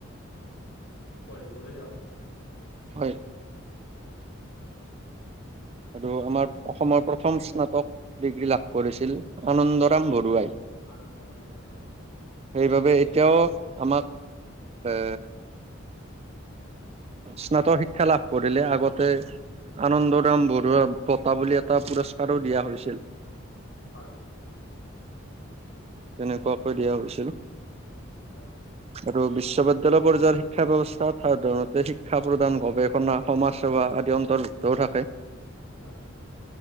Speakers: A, on the left; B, on the right.
A: পঢ়িবলৈ যাওঁ।
B: হয়।
A: হয়।
B: আৰু আমাৰ অসমৰ প্ৰথম স্নাতক ডিগ্ৰী লাভ কৰিছিল আনন্দৰাম বৰুৱাই। সেইবাবে
A: আনন্দ ৰামবোধ হয়
B: এতিয়াও আমাক এ স্নাতক শিক্ষা লাভ কৰিলে আগতে আনন্দৰাম
A: হয়
B: বৰুৱা। বঁটা বুলি এটা পুৰস্কাৰো দিয়া হৈছিল।
A: হয়।
B: তেনেকুৱাকৈ দিয়া হৈছিল।
A: হয়।
B: আৰু বিশ্ববিদ্যয়ালয় পৰ্যায়ৰ শিক্ষা ব্যৱস্থাত সাধাৰণতে শিক্ষা প্ৰদান গৱেষণা। সমাজ সেৱা আদি অন্তৰ্ভুক্তও থাকে।
A: হয়।